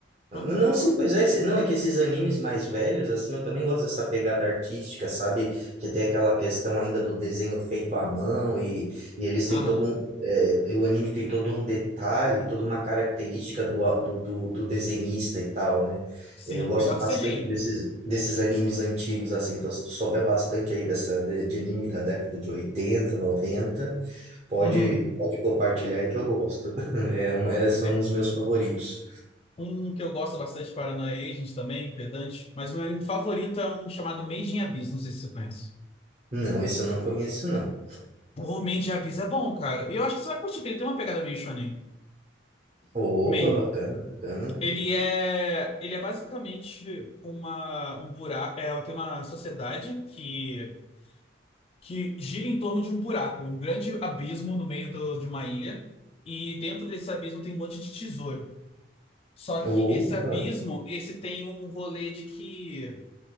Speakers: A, on the left (about 30°); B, on the right (about 35°).
A: Hã?
B: não, sim, pois é. Não, é que esses animes mais velhos, assim, eu também gosto dessa pegada artística, sabe? Que tem aquela questão ainda do desenho feito à mão e, e eles têm
A: Aham.
B: todo um. é, e o anime tem todo um detalhe, toda uma característica do, a- do, do, do desenhista e tal, né?
A: Sim,
B: É, Eu gosto
A: melhor
B: bastante
A: que CGI.
B: desses, desses animes antigos, assim. Então, se tu souber bastante aí dessa, de, de anime da década de oitenta noventa pode,
A: Uhum.
B: pode compartilhar aí que eu gosto. <laughs> É uma- é- são
A: É,
B: os meus favoritos.
A: um que eu gosto bastante, Paraná Agent também, Pedante, mas o meu anime favorito é um chamado Made in Abyss, não sei se você conhece.
B: Não, isso eu não conheço, não.
A: Pô, Made in Abyss é bom, cara. E eu acho que você vai curtir, porque ele tem uma pegada meio shonen.
B: Opa,
A: Meio.
B: bacana, bacana.
A: Ele é, ele é basicamente uma, um buraco, é, tem uma sociedade que, que gira em torno de um buraco, um grande abismo no meio do- de uma ilha, e dentro desse abismo tem um monte de tesouro. Só que
B: Opa,
A: esse abismo, esse tem um rolê de que